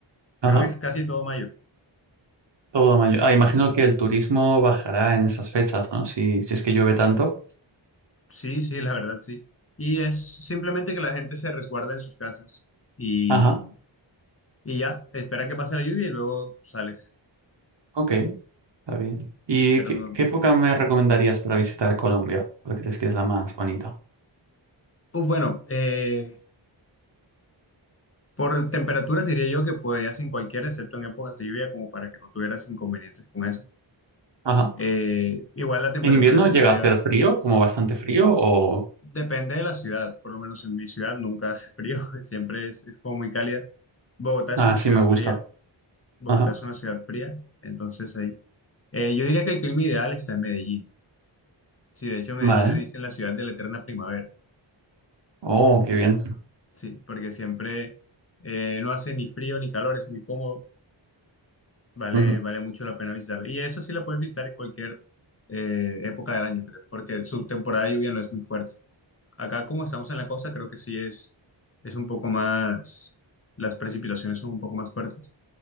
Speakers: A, on the right; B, on the left.
A: Ajá,
B: Creo que es casi todo mayo.
A: todo mayo. Ah, imagino que el turismo bajará en esas fechas, ¿no? Si, si es que llueve tanto.
B: Sí, sí, la verdad, sí. Y es simplemente que la gente se resguarda en sus casas y,
A: Ajá,
B: y ya, espera que pase la lluvia y luego sale.
A: ok. Está bien. ¿Y
B: Pero
A: qué,
B: no.
A: qué época me recomendarías para visitar Colombia? ¿Cuál crees que es la más bonita?
B: Pues bueno, eh, Por temperaturas diría yo que podrías en cualquiera, excepto en épocas de lluvia, como para que no tuvieras inconvenientes con eso.
A: Ajá.
B: Eh, igual la temperatura
A: ¿En invierno
B: es invariable.
A: llega a hacer frío, como bastante frío, o...?
B: Depende de la ciudad, por lo menos en mi ciudad nunca hace frío, <laughs> siempre es, es como muy cálida. Bogotá es
A: Ah,
B: una
A: sí
B: ciudad
A: me gusta.
B: fría, Bogotá
A: Ajá.
B: es una ciudad fría, entonces ahí. Eh, yo diría que el clima ideal está en Medellín. Sí, de hecho Medellín
A: Vale.
B: le dicen la ciudad de la eterna primavera,
A: Oh, qué bien.
B: sí, porque siempre eh, no hace ni frío ni calor, es muy cómodo Vale,
A: Ujú.
B: vale mucho la pena visitar. Y eso sí lo puedes visitar en cualquier eh, época del año, creo, porque su temporada de lluvia no es muy fuerte. Acá, como estamos en la costa, creo que sí es, es un poco más, las precipitaciones son un poco más fuertes.